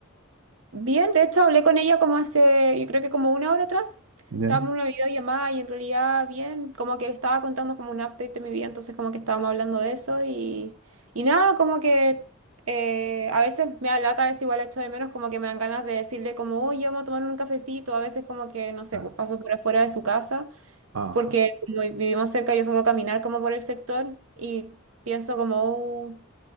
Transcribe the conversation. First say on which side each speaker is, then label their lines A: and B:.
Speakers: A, on the right; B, on the right.
A: Bien, de hecho hablé con ella como hace, yo creo que como una hora atrás.
B: ¿Ya?
A: Estábamos en una videollamada y en realidad bien, como que le estaba contando como un update de mi vida, entonces como que estábamos hablando de eso y, y nada, como que eh, a veces me da lata, a veces igual la echo de menos, como que me dan ganas de decirle como, oye, vamos a tomar un cafecito, a veces como que, no sé,
B: Ah,
A: pues paso por afuera de su casa,
B: Ajá.
A: porque como vivimos cerca, yo suelo caminar como por el sector y pienso como, "Uh,